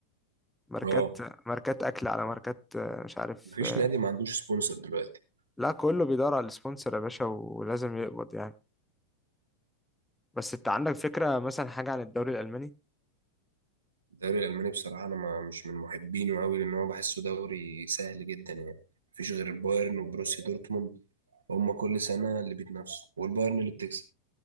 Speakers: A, in the centre; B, on the right (about 70°).
A: ماركات
B: اه
A: ماركات اكل على ماركات آه، مش عارف
B: مفيش
A: آه،
B: نادي ما عندوش سبونسر دلوقتي
A: لا كله بيدور على السبونسر يا باشا ولازم يقبض يعني بس انت عندك فكره مثلا حاجه عن الدوري الالماني
B: الدوري الألماني بصراحة أنا ما مش من محبينه أوي لأن هو بحسه دوري سهل جدا يعني مفيش غير البايرن وبروسيا دورتموند هما كل سنة اللي بيتنافسوا والبايرن اللي بتكسب